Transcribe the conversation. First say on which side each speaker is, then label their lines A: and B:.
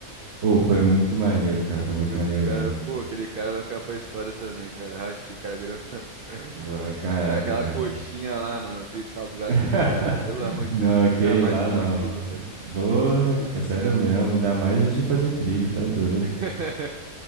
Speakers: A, on the right; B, on the right.
A: Ô, foi muito maneiro, cara. Foi muito
B: Pô, Esse
A: maneiro
B: cara,
A: mesmo.
B: pô, aquele cara vai ficar pra história também, cara. Rachei, cara grande. <laughs>
A: Vai, caraca,
B: Cara, aquela
A: cara.
B: coxinha lá, mano, aquele salgado
A: <laughs>
B: que ele deu pra nós. Pelo amor de
A: Não,
B: Deus,
A: aquele
B: nunca mais
A: lá
B: como
A: não.
B: aquilo, velho.
A: Porra,
B: Cruz
A: cara,
B: credo.
A: sério mesmo. Ainda mais antes de fazer trilha, tá doido.
B: <laughs>